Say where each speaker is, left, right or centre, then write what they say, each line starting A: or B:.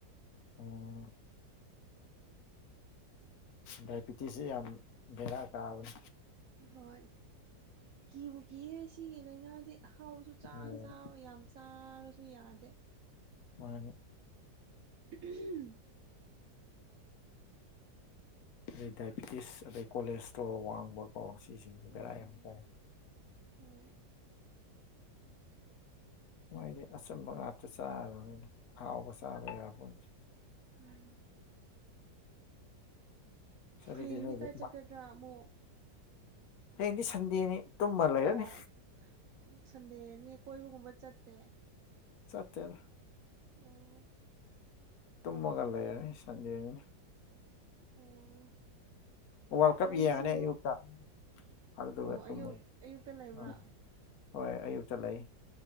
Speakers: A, on the left; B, on the right.
A: ꯑꯣ ꯗꯥꯏꯕꯤꯇꯤꯁꯁꯦ ꯌꯥꯝ ꯕꯦꯔꯥ ꯀꯥꯕꯅꯤ
B: ꯍꯣꯏ ꯀꯤꯕꯨ ꯀꯤꯍꯦ ꯁꯤꯒꯤ ꯂꯥꯏꯅꯥꯗꯤ ꯍꯥꯎꯕꯁꯨ ꯆ
A: ꯎꯝ
B: ꯆꯥꯎ ꯌꯥꯝ ꯆꯥꯔꯁꯨ ꯌꯥꯗꯦ
A: ꯃꯥꯅꯤ
B: ꯎꯝ
A: ꯑꯗꯩ ꯗꯥꯏꯕꯤꯇꯤꯁ ꯑꯗꯩ ꯀꯣꯂꯦꯁꯇ꯭ꯔꯣꯜ ꯋꯥꯡꯕꯀꯣ ꯁꯤꯁꯤꯡꯁꯦ
B: ꯎꯝ
A: ꯕꯦꯔꯥ ꯌꯥꯝ ꯀꯥꯏꯋꯦ
B: ꯍꯣꯏ
A: ꯃꯣꯏꯗꯤ ꯑꯆꯨꯝꯕ ꯉꯥꯛꯇ ꯆꯥꯔꯕꯅꯤꯅ ꯑꯍꯥꯎꯕ ꯆꯥꯕ ꯌꯥꯕꯗꯤ
B: ꯎꯝ
A: ꯑꯁ ꯑꯗꯨꯗꯤ
B: ꯍꯌꯦꯡꯗꯤ
A: ꯅꯣꯏꯗꯤ
B: ꯀꯥꯏ ꯆꯠꯀꯗ꯭ꯔꯥ ꯑꯃꯨꯛ
A: ꯍꯗꯤ ꯁꯟꯗꯦꯅꯤ ꯇꯨꯝꯃ ꯂꯩꯔꯅꯤ
B: ꯑꯣ ꯁꯟꯗꯦꯅꯦ ꯀꯣꯏꯕꯒꯨꯝꯕ ꯆꯠꯇꯦ
A: ꯆꯇꯔ
B: ꯑꯣ
A: ꯇꯨꯝꯃꯒꯥ ꯂꯩꯔꯅꯤ ꯁꯟꯗꯦꯅꯤꯅꯥ
B: ꯑꯣ
A: ꯋꯥꯔꯜ ꯀꯞ
B: ꯑꯩꯁꯨ
A: ꯌꯦꯡꯉꯅꯤ ꯑꯌꯨꯛꯇ ꯑꯗꯨꯗꯨꯒ
B: ꯑꯣ
A: ꯇꯨꯝꯃꯅꯤ
B: ꯑꯌꯨꯛ ꯑꯌꯨꯛꯇ ꯂꯩꯕ꯭ꯔꯥ
A: ꯎꯝ ꯍꯣꯏ ꯑꯌꯨꯛꯇ ꯂꯩ